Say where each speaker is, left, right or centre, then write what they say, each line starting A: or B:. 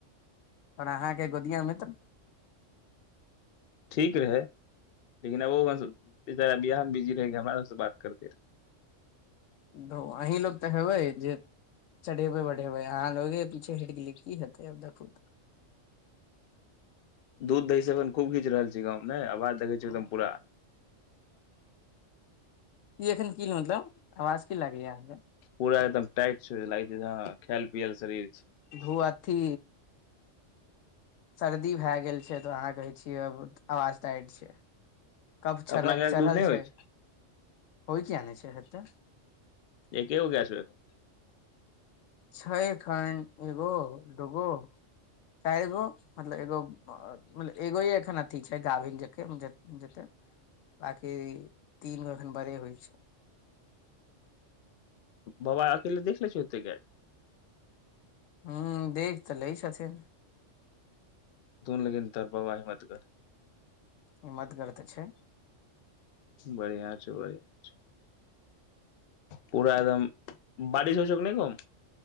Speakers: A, on the left; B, on the left.
A: पर अहाँ केँ गोदिया मित्र
B: ठीक रहै <inaudible> लेकिन अब ओ बेचारा बियाह म बिजी रहै हमरा सबस बात करते रह
A: धोअ अहीं लोक तऽ हेबै जे चढ़ेबै बढ़ेबै अहाँ लोगे पीछे हटि गेलियै की हेतै आब देखू तऽ
B: दूध दही सब अखन खूब घीच रहल छी गाँव में नै आवाज देखै
A: तऽ
B: छै एकदम पूरा
A: ई एखन की मतलब आवाज की लागे यहाँ केँ
B: पूरा एकदम टाइट छै लागै छै हँ खायल पियल शरीर छै
A: धु अथी सर्दी भैऽ गेल छै तऽ अहाँ कहै छियै आवाज टाट छै कब छर
B: अपना गाय के
A: चढ़ल
B: दूध नहि
A: छै
B: होइ
A: <inaudible> होइ किया नै छै हेते
B: एकेगो गाय छै अखन
A: छ ख् एगो दगो च एगो मतलब एगो मतल एगो एखन अथी छै गाभिन जे जेते बाकि तीन मे एखन बड़े होइ छै
B: बाबा अकेले देख सकै गय
A: हू देल। छलै सबके
B: लगिन तर बाबा हिमतगर
A: हिमतगर। होयत छै
B: बढ़िआँ छै बढ़िआ छै पूरा एकदम बारिश होइ छौ। कि नहि गांव मैं